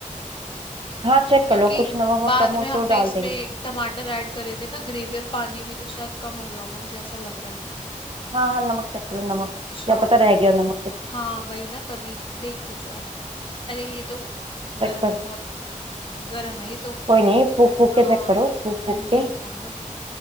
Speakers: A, on the right; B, on the left.
A: हाँ चेक
B: क्योंकि
A: कर लो कुछ नमक वमक
B: बाद
A: कम हो
B: में हमने
A: तो डाल
B: इसमें
A: देंगे
B: टमाटर ऐड करे थे ना ग्रेवी और पानी भी तो शायद कम हो गया होगा मुझे ऐसा लग रहा है
A: हाँ हाँ नमक चेक कर लो नमक
B: अच्छा
A: क्या पता रह गया हो नमक कुछ
B: हाँ वही ना तभी देखती हूँ जरा अरे ये तो गर्म
A: चेक कर
B: है बहुत गर्म है ये तो
A: कोई नहीं फूक फूक
B: हाँ
A: के चेक करो फूक
B: ठंडी
A: फूक के
B: हो जाने दो